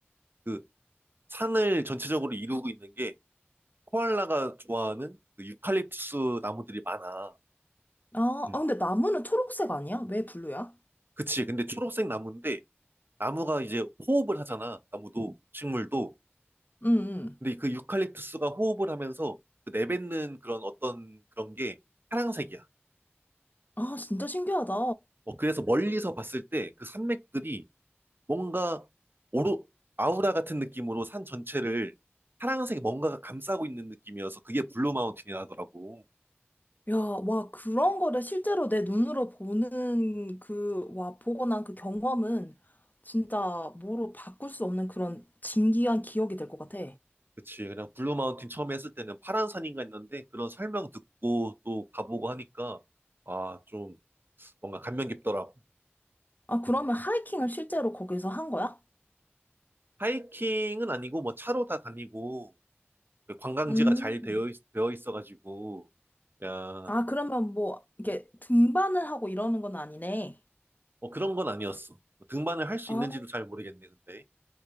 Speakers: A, on the right; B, on the left.
A: 그 산을 전체적으로 이루고 있는 게 코알라가 좋아하는 그 유칼립투스 나무들이 많아.
B: 아,
A: 음,
B: 아, 근데 나무는 초록색 아니야? 왜 블루야?
A: 그치. 근데 초록색 나무인데 나무가 이제 호흡을 하잖아. 나무도 식물도.
B: 응응
A: 근데 그 유칼립투스가 호흡을 하면서 그 내뱉는 그런 어떤 그런 게 파랑색이야.
B: 아, 진짜 신기하다.
A: 어, 그래서 멀리서 봤을 때 그 산맥들이 뭔가 오로 아우라 같은 느낌으로 산 전체를 파랑색 뭔가가 감싸고 있는 느낌이어서 그게 블루 마운틴이 나더라고.
B: 야, 와, 그런 거를 실제로 내 눈으로 보는 그, 와, 보고 난 그 경험은 진짜 뭐로 바꿀 수 없는 그런 진귀한 기억이 될 것 같아.
A: 그치. 그냥 블루 마운틴 처음 에 했을 때는 파란 산인가 했는데 그런 설명 듣고 또 가보고 하니까 아, 좀 뭔가 감명 깊더라고.
B: 아, 그러면
A: 음.
B: 하이킹을 실제로 거기서 한 거야?
A: 하이킹은 아니고 뭐 차로 다 다니고 그 관광지가
B: 음.
A: 잘 되어, 있, 되어 있어가지고 야,
B: 아, 그러면 뭐, 이게 등반을 하고 이러는 건 아니네.
A: 뭐 그런 건 아니었어. 뭐 등반을 할 수
B: 아,
A: 있는지도 잘 모르겠네, 근데.